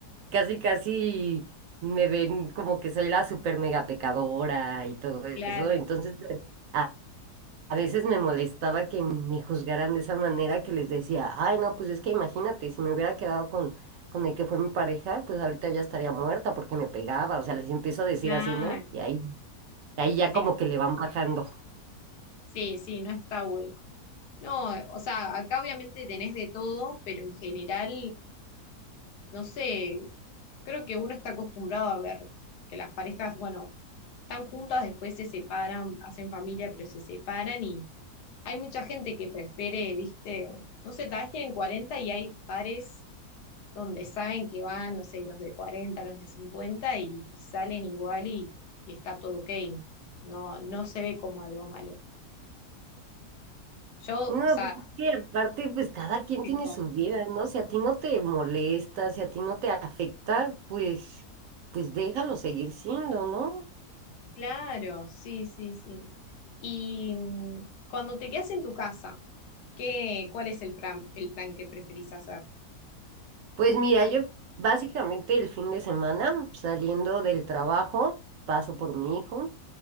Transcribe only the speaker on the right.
casi casi me ven como que soy la super mega pecadora y todo
eso. Entonces, eh, a, a veces me molestaba que me juzgaran de esa manera que les decía, ay, no, pues es que imagínate, si me hubiera quedado con, con el que fue mi pareja, pues ahorita ya estaría muerta porque me pegaba. O sea, les empiezo a decir
así, ¿no? Y ahí, ahí ya
como que le van bajando.
No,
pues es que aparte, pues cada quien
tiene su vida, ¿no? Si a ti no te molesta, si a ti no te afecta, pues, pues déjalo seguir siendo, ¿no?
Pues mira, yo básicamente el fin de semana, saliendo del trabajo, paso por mi hijo.